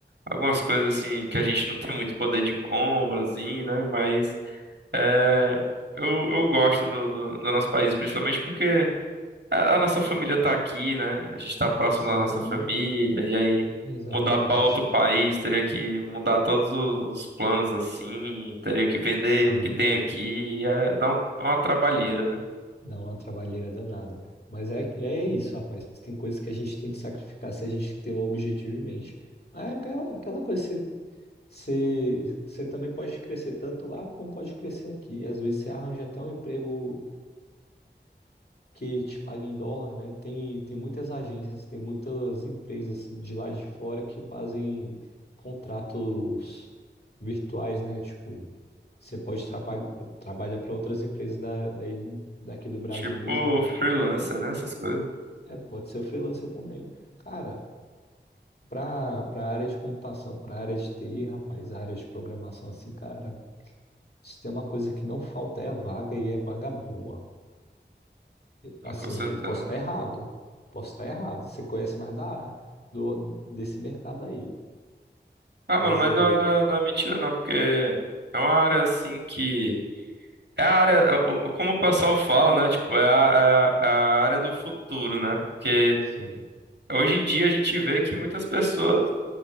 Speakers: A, on the right; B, on the left.
A: algumas coisas, assim, que a gente não tem muito poder de compra, assim, né? Mas é, eu, eu gosto do, do do nosso país, principalmente porque. A a nossa família tá aqui, né? A gente tá próximo
B: Sim,
A: da nossa família, e aí
B: exatamente.
A: mudar pra outro país, teria que mudar todos o- os planos assim, teria que vender
B: Sim,
A: o que tem aqui, é, dá um- é uma trabalheira, né?
B: dá uma trabalheira danada. Mas é, é isso, rapaz. Tem coisas que a gente tem que sacrificar se a gente tem um objetivo em mente. Aí É aquela, aquela coisa, você, você, você também pode crescer tanto lá como pode crescer aqui. Às vezes você arranja até um emprego. que te paga em dólar, né? Tem, tem muitas agências, tem muitas empresas de lá de fora que fazem contratos virtuais, né? Tipo, você pode trapa- trabalhar para outras empresas da, daí- daqui do Brasil
A: Tipo
B: mesmo, né?
A: freelancer, né? Essas coisas.
B: É, pode ser o freelancer também. Cara, para para área de computação, para área de TI, rapaz, a área de programação, assim, cara, se tem uma coisa que não falta é vaga e é vaga boa. Assim,
A: Com certeza.
B: eu posso estar errado. Posso estar errado. Você conhece mais da, do, desse mercado aí.
A: Ah,
B: Mas
A: mano, mas
B: é.
A: não, é- não, é não é mentira não, porque é uma área assim que. É a área, é o- o- como o pessoal fala, né? Tipo, é a, é a é a área do futuro, né? Porque
B: Sim,
A: hoje em dia a gente vê que muitas pessoas